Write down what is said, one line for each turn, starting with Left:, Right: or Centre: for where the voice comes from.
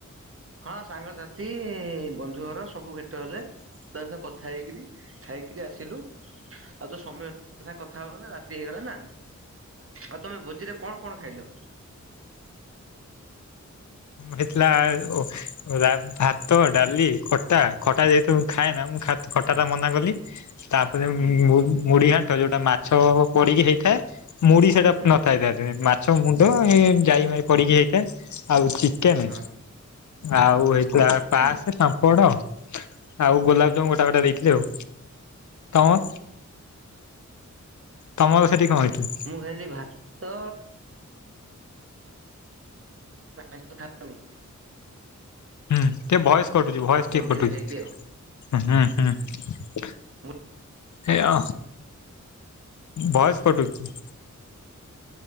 Right: ହଁ ସାଙ୍ଗସାଥି ବନ୍ଧୁ ଘର ସବୁ ଭେଟ ହେଲେ ତାଙ୍କ ସହ କଥା ହେଇକରି ଖାଇକିରି ଆସିଲୁ ଆଉ ତ ସମୟ ସାଙ୍ଗେ କଥା ହବ ନା ରାତି ହେଇଗଲା ନା। ଆଉ ତମେ ଭୋଜିରେ କଣ କଣ ଖାଇଲ?
Left: ଦେଖିଲାବେଳୁ ଭାତ ଡାଲି ଖଟା ଖଟା ଯେ ଖାଏ ନା ମୁଁ ଖଟା ଟା ମନା କଲି ତାପରେ
Right: ହୁଁ
Left: ମୁ ମୁଡିଘାଟ ଯୋଉଟା ମାଛ ପଡିକି ହେଇଥାଏ ମୁଢ଼ି ସେଟା
Right: ହୁଁ
Left: ନଥାଇଥାଏ ତା ଦେହରେ। ସବୁ ମୁଣ୍ଡ ଯାଇ ଫାଇ ପଡିକି ହେଇଥାଏ ଆଉ ଚିକେନେ
Right: ହଁ
Left: ଆଉ ପାସ
Right: ହୁଁ
Left: ସାମ୍ପଡ ଆଉ ଗୋଲାପଜାମୁ ଗୋଟା ଗୋଟା ଦେଇଥିଲେ ଆଉ। ତମ ତମର ସେଠି କଣ ହେଇଥିଲା?
Right: ମୁଁ ଖାଇଲି ଭାତ <unintelligible>
Left: ହୁଁ ଟିକେ ଭଏସ୍ କଟୁଛି ଭଏସ୍
Right: ପନିର
Left: ଟିକେ କଟୁଛି
Right: ଖାଇଲି ଆଉ।
Left: ହୁଁ ହୁଁ।
Right: ହୁଁ
Left: ଏଇଆ ଭଏସ୍ କଟୁଚି।